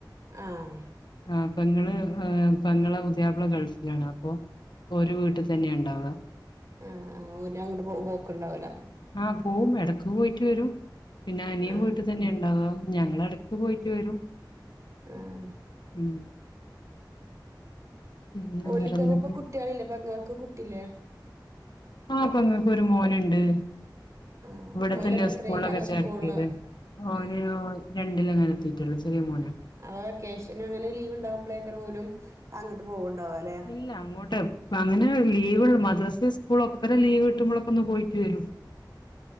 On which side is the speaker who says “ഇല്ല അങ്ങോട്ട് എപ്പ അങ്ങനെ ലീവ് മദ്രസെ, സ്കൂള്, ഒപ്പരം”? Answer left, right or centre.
Left